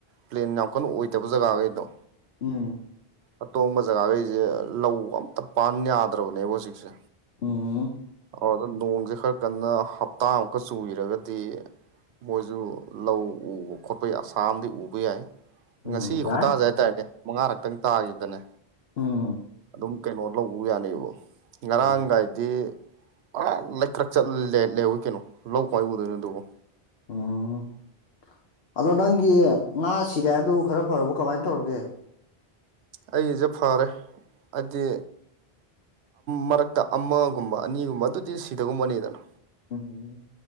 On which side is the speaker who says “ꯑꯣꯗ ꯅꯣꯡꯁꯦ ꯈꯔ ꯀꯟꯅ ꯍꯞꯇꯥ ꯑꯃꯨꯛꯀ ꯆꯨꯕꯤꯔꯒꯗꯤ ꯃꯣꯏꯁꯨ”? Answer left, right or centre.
Right